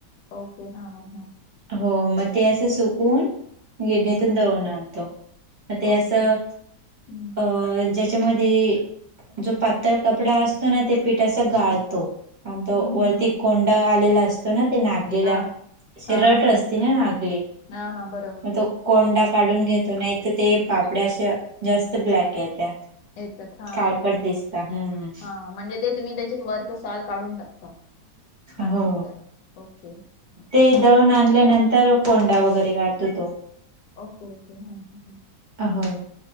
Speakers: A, on the left; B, on the right.
A: ओके, ह हां
B: हो, म ते असं सुकून गिरणीतून
A: हम्म.
B: दळून आणतो, मग ते असं
A: ओके हम्म,
B: अ अ ज्याच्यामध्ये जो पातळ कपडा अस तो ना ते पीठ अस गाळतो,
A: हम्म.
B: आणि तो
A: हम्म,
B: वरती
A: हम्म.
B: कोंडा आलेला अस- तो ना ते नागलेला
A: हा
B: श
A: हा हा
B: रट
A: हा
B: असते
A: हा
B: ना नागलेली <unintelligible>
A: हा हा बर
B: मग तो कोंडा काढून घेतो, नाही तर ते
A: हम्म,
B: पापड्याशा जास्त ब्लॅक येत्या
A: येतात हा
B: काळपट
A: बरोबर,
B: दिसता हम्म
A: हा म्हणजे ते तुम्ही त्याची वरच साल काढून टाकता नाचण्याचा
B: हो
A: ओके
B: ते दळून आणल्यानंतर कोंडा वगैरे काढतो तो
A: ओके हम्म
B: हो.